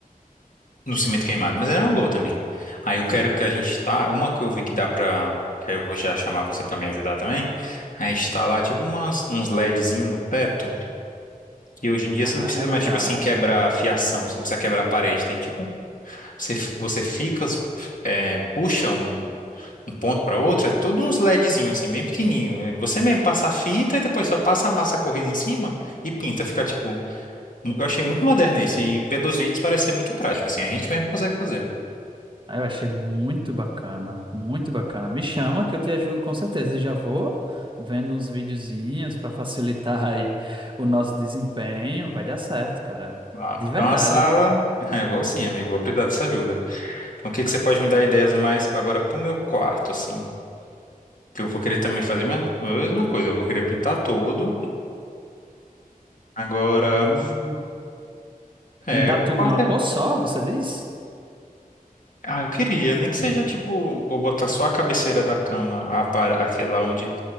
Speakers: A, on the left; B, on the right.
A: no cimento queimado, mas era uma boa também. Aí eu quero que a gente tá, uma que eu vi que dá pra, que aí eu vou já chamar você pra me ajudar também. Aí está lá tipo umas, uns LEDzinho no teto, que hoje em dia
B: Ai,
A: você não precisa mais
B: cara.
A: tipo assim quebrar a fiação, você não precisa quebrar a parede, tem tipo, você, você fica, é, puxa um um ponto para outro, é tudo uns LEDzinho assim, bem pequenininho. É Você mesmo passa a fita e depois só passa a massa corrida em cima e pinta. Fica tipo, eu achei muito moderno isso e pelos vídeos parece ser muito prático, assim, a gente mesmo consegue fazer.
B: Ah, Eu achei muito bacana, muito bacana. Me chama que eu te ajudo com certeza. E já vou vendo uns videozinhos para facilitar <laughs> aí o nosso desempenho. Vai dar certo, cara.
A: Ah,
B: De
A: Então
B: verdade.
A: a sala, <laughs> eu vou assim, amigo, vou precisar dessa ajuda. Então o que que você pode me dar ideias mais agora pro meu quarto, assim? Que eu vou querer também fazer a mes- a mesma coisa, eu vou querer pintar todo. Agora,
B: Hum.
A: é,
B: Pintar
A: o
B: tudo
A: quarto
B: de uma
A: é.
B: cor só, você diz?
A: Ah, eu queria, nem que seja tipo, ou botar só a cabeceira da cama, a par- aquela onde